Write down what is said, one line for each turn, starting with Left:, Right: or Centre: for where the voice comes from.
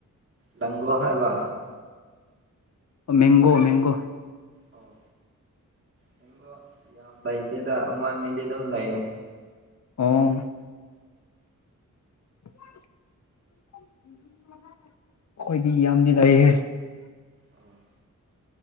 Right: ꯗꯪꯒꯣ ꯍꯥꯏꯕ
Left: ꯃꯦꯡꯒꯣ ꯃꯦꯡꯒꯣ
Right: ꯑꯣ ꯃꯦꯡꯒꯣ ꯌꯥꯝ ꯂꯩꯇꯦꯗ ꯑꯃ ꯑꯅꯤꯗꯤ ꯑꯗꯨꯝ ꯂꯩꯌꯦ
Left: ꯑꯣ <inaudible> ꯎꯝ <inaudible> ꯑꯩꯈꯣꯏꯗꯤ ꯌꯥꯝꯗꯤ ꯂꯩꯍꯦ
Right: ꯑꯥ